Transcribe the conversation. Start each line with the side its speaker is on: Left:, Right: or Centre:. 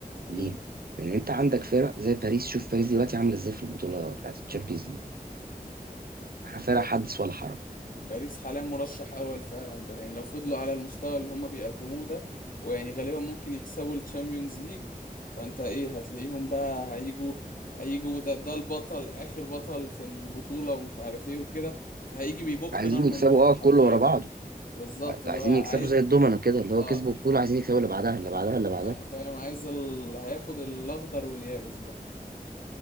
Right: ليه؟
Left: امم
Right: لأن أنت عندك فرق زي باريس شوف باريس دلوقتي عاملة إزاي في البطولة بتاعت الشامبيونز ليج
Left: امم
Right: فرق حدث ولا حرج
Left: باريس حاليا مرشح اول فعلا ب- يعني لو فضلوا على المستوى اللي هم بيقدموه ده ويعني غالبا ممكن يكسبوا الشامبيونز ليج فانت ايه هتلاقيهم بقى هيجوا هيجوا ده ده البطل اخر بطل في البطولة ومش عارف ايه وكده فهيجي بيبخ
Right: عايزين
Left: نار من
Right: يكسبوا
Left: بقه حرفيا
Right: أه كله ورا بعضه
Left: بالظبط اللي
Right: عايزين
Left: هو عايز
Right: يكسبوا زي الدومنة كده اللي
Left: اه
Right: هو كسبوا بطولة عايزين يكسبوا اللي بعدها اللي بعدها اللي بعدها
Left: ع- فاهم عايز ال... هياخد الاخضر واليابس بقى